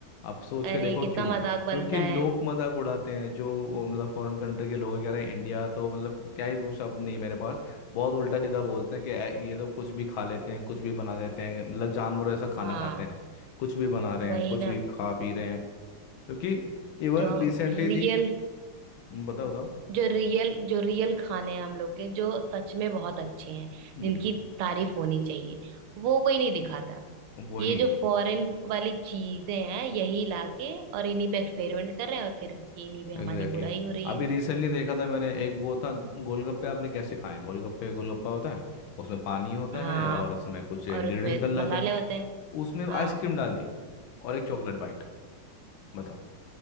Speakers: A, on the left; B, on the right.
A: आप सोच के
B: अरे
A: देखो
B: कितना
A: क्यों
B: मजाक बनता
A: क्योंकि लोग
B: है
A: मजाक उड़ाते हैं जो वो मतलब फॉरेन कंट्री के लोग कह रहे हैं इंडिया तो मतलब क्या ही वो शब्द नहीं है मेरे पास बहुत उल्टा सीधा बोलते हैं कि "ऐ, ये तो कुछ भी खा लेते हैं कुछ भी बना देते हैं मतलब जानवर ऐसा खाना
B: हाँ
A: खाते हैं कुछ भी बना रहे
B: वही
A: हैं कुछ
B: ना
A: भी खा पी रहे हैं क्योंकि इवन
B: जो
A: रिसेंटली
B: रियल
A: थी हम्म, बताओ
B: हम्म,
A: बताओ
B: जो रियल जो रियल खाने हैं हम लोग के जो सच में बहुत अच्छे हैं
A: हम्म
B: जिनकी तारीफ होनी चाहिए वो कोई नहीं दिखाता
A: वही
B: ये जो फॉरेन वाली चीजें हैं यही लाके और इन्हीं पे एक्सपेरिमेंट कर रहे हैं और फिर इन्हीं पे हमारी
A: Exactly
B: बुराई
A: exactly.
B: हो रही
A: अभी
B: है
A: रिसेंटली देखा था मैंने एक वो था गोलगप्पे आपने कैसे खाए हैं गोलगप्पे गोलगप्पा होता है उसमें पानी होता
B: हाँ
A: है और उसमें कुछ इंग्रेडिएंट्स
B: और उसमें
A: डल जाते
B: मसाले
A: हैं
B: होते हैं
A: उसमें
B: हाँ
A: आइसक्रीम डाल दी और एक चॉकलेट बाइट बताओ